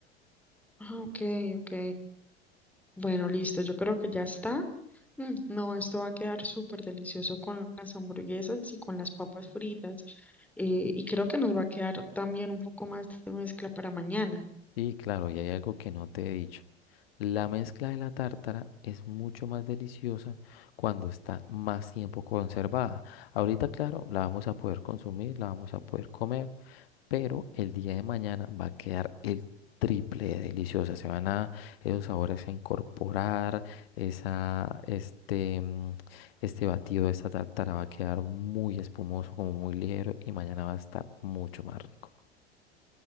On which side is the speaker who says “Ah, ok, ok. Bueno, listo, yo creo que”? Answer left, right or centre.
Centre